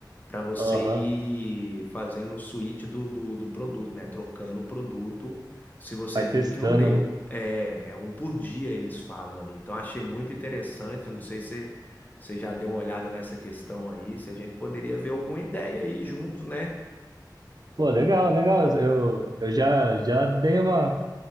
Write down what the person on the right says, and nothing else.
Aham.
Vai
testando,
né?
Pô, legal, legal. Eu, eu já, já dei uma,